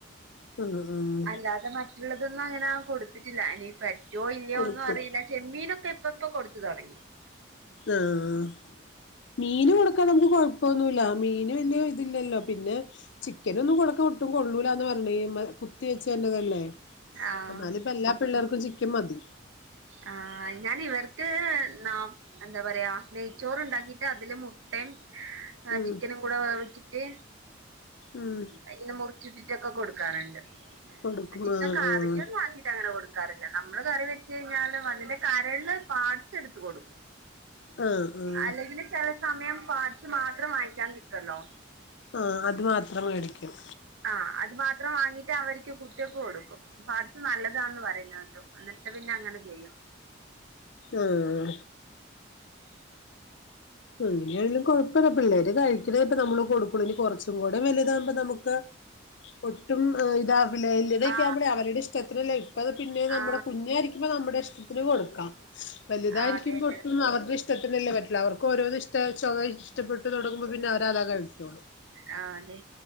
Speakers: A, on the left; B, on the right.
A: തുന്നു ഉം.
B: അല്ലാതെ മറ്റുള്ളതൊന്നും അങ്ങനെ കൊടുത്തിട്ടില്ല ഇനി പറ്റോ ഇല്ലയോ
A: കൊടുക്കും
B: ഒന്നും അറിയില. ചെമ്മീനൊക്കെ ഇപ്പൊപ്പൊ കൊടുത്തു തൊടങ്ങി.
A: <unintelligible> മീന് കൊടുക്കാനൊന്നും കൊഴപ്പൊന്നുല്ല മീന് വല്ല്യെ ഇതില്ലല്ലോ പിന്നെ ചിക്കനൊന്നും കൊടക്ക ഒട്ടും കൊള്ളൂലാന്ന് പറഞ്ഞ്ണ്ട് ഈ ഇമ്മ കു കുത്തി വച്ചേന്റതല്ലേ
B: ആഹ്
A: എന്നാലു ഇപ്പ എല്ലാ പിള്ളേർക്കും ചിക്കൻ മതി.
B: ആഹ് ഞാനിവർക്ക് നാ എന്താ പറയാ നെയ്ച്ചോറ്ണ്ടാക്കിട്ട് അതില് മുട്ടെം ആഹ്
A: ഉം
B: ചിക്കനും കൂടെ വേവിച്ചിട്ട്
A: ഉം
B: അയിൽന്ന് മുറി ച്ചിട്ടിട്ടൊക്കെ കൊടുക്കാറുണ്ട്
A: കൊടുക്കും
B: ചിക്കൻ
A: ആഹ്
B: കാറിയൊന്നും
A: ആഹ്
B: ആക്കീട്ടങ്ങനെ കൊടു ക്കാറില്ല നമ്മള് കറി വെച്ചഴിഞ്ഞാലും അതിന്റെ കരള് പാട്സ് എടുത്ത് കൊടുക്കും.
A: ആഹ് ആഹ്
B: അല്ലെങ്കില് ചെല സമയം പാട്സ് മാത്രം വാങ്ങിക്കാൻ കിട്ടൊല്ലോ
A: ആഹ് അത് മാത്രം മേടി ക്ക്യും
B: ആഹ് അത് മാത്രം വാങ്ങിട്ട് അവർക്ക് കുട്ടികൾക്ക് കൊടുക്കും പാട്സ് നല്ലതാന്ന് പറയുന്നതേട്ടു. എന്നിട്ട് പിന്നെ അങ്ങനെ ചെയ്യും
A: ആഹ്
B: <inaudible>
A: എങ്ങനെയായാലും കുഴപ്പൊന്നുപ്പല്ല ഓര് കഴിക്കണ ഇപ്പ നമ്മള് കൊടുക്കൂള്ളൂ ഇനി കുറച്ചും കൂടെ വലുതാകുമ്പോ നമുക്ക് ഒട്ടും ഏ ഇതാവിലേ <unintelligible> ഇതക്കേ
B: ആ
A: ആവുമ്പളേ അവരുടെ ഇഷ്ടത്തിനല്ലേ ഇപ്പ പിന്നെ നമ്മുടെ
B: ആ
A: കുഞ്ഞയിരിക്കുമ്പ നമ്മുടെ ഇഷ്ടത്തിന് കൊടുക്ക വലുതായിരിക്കുമ്പൊ
B: ആ അതന്നെ
A: ഒട്ടും അവര്ടെ ഇഷ്ടത്തിനല്ലേ പറ്റുള്ളു അവർ ഒക്കോരോന്ന് ഇഷ്ട <unintelligible> ഇഷ്ടപ്പെട്ട് തുടങ്ങുമ്പോ പിന്നവരാതാ കഴിക്കുള്ളൂ.
B: ആഹ് അതെ